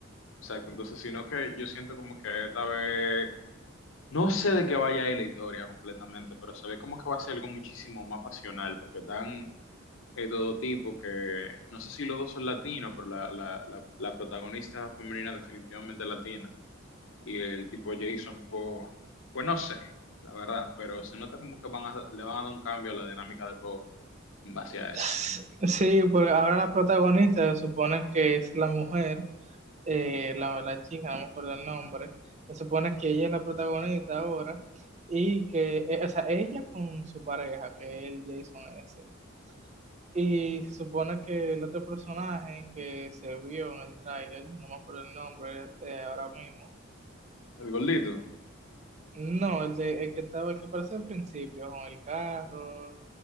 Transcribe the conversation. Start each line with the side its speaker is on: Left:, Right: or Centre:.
Left: Exacto, entonces, sino que yo siento como que esta vez, no sé de qué vaya a ir la historia completamente, pero se ve como que va a ser algo muchísimo más pasional, porque están eh, todo tipo que, no sé si los dos son latinos, pero la, la, la, la protagonista femenina definitivamente es latina, y el tipo Jason, pues, pues no sé, la verdad, pero se nota como que van a, le van a dar un cambio a la dinámica del juego en base a eso.
Right: Sí, porque ahora la protagonista se supone que es la mujer eh, la, la chica, no me acuerdo el nombre, se supone que ella es la protagonista ahora y que, eh, o sea, ella con su pareja, que es el Jason S. Y se supone que el otro personaje que se vio en el tráiler, no me acuerdo el nombre eh, ahora mismo,
Left: El gordito.
Right: no, el, de, el que estaba, el que aparece al principio, con el carro,